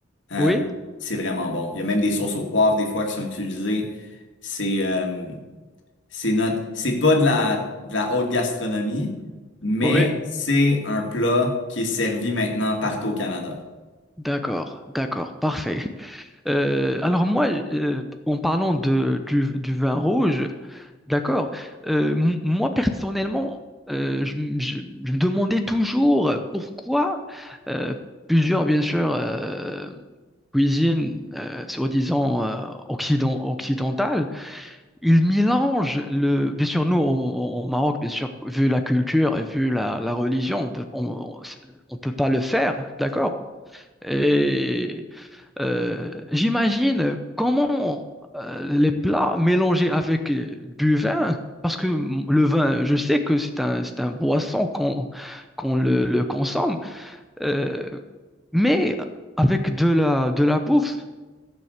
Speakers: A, on the left (about 70°); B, in the centre.
A: Euh,
B: Oui,
A: c'est vraiment bon. Il y a même des sauces au poivre des fois qui sont utilisées. C'est euh, c'est notre, c'est pas de la, de la haute gastronomie, mais
B: oui,
A: c'est un plat qui est servi maintenant partout au Canada.
B: d'accord, d'accord, parfait. Euh, alors moi, euh, en parlant de, du, du vin rouge, D'accord. Euh, m- moi, personnellement, euh, je, m- je- je me demandais toujours pourquoi euh, plusieurs, bien sûr, euh, cuisines euh, soi-disant euh, occident- occidentales, ils mélangent le... Bien sûr, nous, au, au- au Maroc, bien sûr, vu la culture et vu la, la religion, on peut, on, on peut pas le faire, d'accord? Et euh, j'imagine comment euh, les plats mélangés avec euh, du vin, parce que m- le vin, je sais que c'est un, c'est un boisson qu'on qu'on le, le consomme, euh, mais avec de la, de la bouffe,